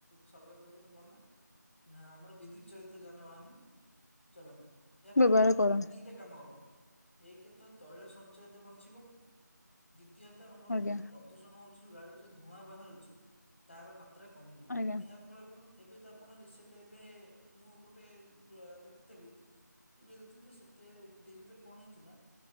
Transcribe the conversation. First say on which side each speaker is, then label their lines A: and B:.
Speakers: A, on the left; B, on the left.
A: ସରକାର କହୁଛନ୍ତି କଣ ନା ନା ଆମର ବିଦ୍ୟୁତ୍ ଚାଳିତ ଯାନବାହାନ ଚଲାନ୍ତୁ। ଏହା
B: ବ୍ୟବହାର
A: ଫଳରେ କଣ ହବ?
B: କର
A: ଦିଟା କାମ ହବ ଏକରେ ତ ତୈଳ ସଞ୍ଚୟ ତ ବଞ୍ଚିବ, ଦ୍ୱି ଦ୍ଵିତୀୟତଃ ଆମର
B: ଆଜ୍ଞା
A: ଯୋଉ ପ୍ରଦୂଷଣ ହଉଛି ଯୋଉ ଗାଡି ଯୋଉ ଧୂଆଁ ବାହାରୁଛି ତାର ମାତ୍ରା ମାତ୍ରା କମିବ,
B: ଆଜ୍ଞା
A: ଏହା ଫଳରେ କଣ? ଏବେ ତ ଆପଣ ରିସେଣ୍ଟ ଏବେ ମୁଁ ଗୋଟେ ଆହ୍ ଦେଖୁଥିଲି ଟିଭିରେ ଦେଖୁଥିଲି ଯେ, ସେତେ ଦିଲ୍ଲୀରେ କଣ ହେଇ ଚିନା